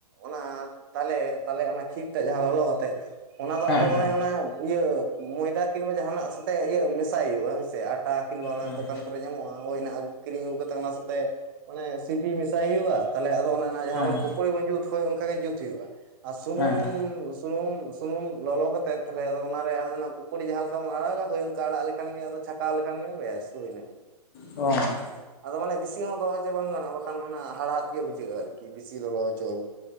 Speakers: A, on the right; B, on the left.
A: ᱚᱱᱟ ᱛᱟᱞᱮ ᱛᱟᱞᱮ ᱚᱱᱟ ᱠᱷᱤᱨ ᱛᱮᱜ ᱡᱟᱦᱟᱸ ᱞᱚᱞᱚ ᱠᱟᱛᱮᱜ ᱚᱱᱟ ᱫᱚ
B: ᱦᱮᱸ
A: ᱟᱫᱚ
B: ᱦᱮᱸ
A: ᱢᱟᱱᱮ ᱚᱱᱟ ᱤᱭᱟᱹ ᱢᱚᱭᱫᱟ ᱠᱤᱱᱵᱟ ᱡᱟᱦᱟᱱᱟᱜ ᱥᱟᱛᱮᱜ ᱤᱭᱟᱹ ᱢᱮᱥᱟᱭ ᱦᱩᱭᱩᱜᱼᱟ ᱦᱳᱭᱥᱮ ᱟᱴᱟ ᱠᱤᱢᱵᱟ ᱚᱱᱟ
B: ᱦᱮᱸ
A: ᱫᱚᱠᱟᱱ ᱠᱚᱨᱮ ᱧᱟᱢᱚᱜᱼᱟ ᱦᱳᱭ ᱟᱹᱜᱩ ᱠᱤᱨᱤᱧ ᱟᱹᱜᱩ ᱠᱟᱛᱮᱜ ᱚᱱᱟ ᱥᱟᱛᱮ ᱢᱟᱱᱮ ᱥᱤ ᱛᱤ ᱢᱮᱥᱟᱭ ᱦᱩᱭᱩᱜᱼᱟ ᱛᱟᱦᱚᱞᱮ ᱟᱫᱚ ᱚᱱᱮ ᱚᱱᱟ ᱡᱟᱦᱟᱸ
B: ᱦᱮᱸ
A: ᱵᱚᱱ ᱯᱩᱠᱲᱤ ᱵᱚᱱ ᱡᱩᱛ ᱦᱳᱭ ᱚᱱᱠᱟᱜ ᱜᱮ ᱡᱩᱛ ᱦᱩᱭᱩᱜᱼᱟ ᱟᱨ ᱥᱩᱱᱩᱢ
B: ᱦᱮᱸ
A: ᱥᱩᱱᱩᱢ ᱥᱩᱱᱩᱢ ᱞᱚᱞᱚ ᱠᱟᱛᱮ ᱛᱟᱦᱚᱞᱮ ᱟᱫᱚ ᱚᱱᱟᱨᱮ ᱚᱱᱮ ᱚᱱᱟ ᱯᱚᱠᱳᱲᱤ ᱡᱟᱦᱟᱸ ᱞᱮᱠᱟ ᱵᱚᱱ ᱟᱲᱟᱜᱟ ᱦᱳᱭ ᱚᱱᱠᱟ ᱟᱲᱟᱜ ᱞᱮᱠᱷᱟᱱ ᱜᱮ ᱟᱫᱚ ᱪᱷᱟ ᱪᱷᱟᱠᱟᱣ ᱞᱮᱠᱷᱟᱱ ᱜᱮ ᱵᱮᱥ ᱦᱩᱭᱱᱟ
B: ᱚ
A: ᱟᱫᱚ ᱢᱟᱱᱮ ᱵᱮᱥᱤ ᱦᱚᱸ ᱫᱚᱦᱚ ᱚᱪᱚ ᱵᱟᱝ ᱜᱚᱜᱼᱟ ᱵᱟ ᱠᱷᱟᱱ ᱚᱱᱟ ᱦᱟᱲᱦᱟᱫ ᱜᱮ ᱵᱩᱡᱷᱟᱹᱜᱼᱟ ᱟᱨᱠᱤ ᱵᱤᱥᱤ ᱞᱚᱞᱚ ᱦᱚᱪᱚᱞ